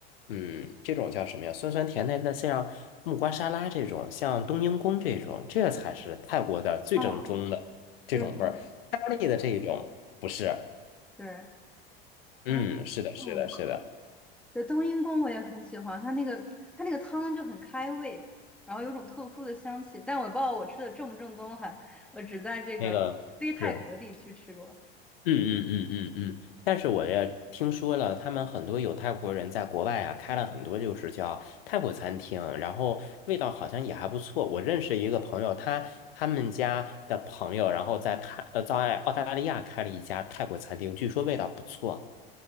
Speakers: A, on the left; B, in the centre.
A: 嗯，这种叫什么呀？酸酸甜甜的，像木瓜沙拉这种，像冬阴功这种，这才是泰国的最正宗的这种味儿，
B: 哦，对对
A: 咖喱的这一种不是，
B: 对，
A: 嗯，
B: 啊，
A: 是的，
B: 这样子，
A: 是的，是的，
B: 对，冬阴功我也很喜欢，它那个它那个汤就很开胃，然后有种特殊的香气，但我不知道我吃的正不正宗哈，我只在这个非泰国的地区吃过。
A: 那个。是。嗯嗯嗯嗯嗯，但是我也听说了，他们很多有泰国人在国外啊，开了很多就是叫泰国餐厅，然后味道好像也还不错。我认识一个朋友，他他们家的朋友，然后在泰呃在澳大利亚开了一家泰国餐厅，据说味道不错。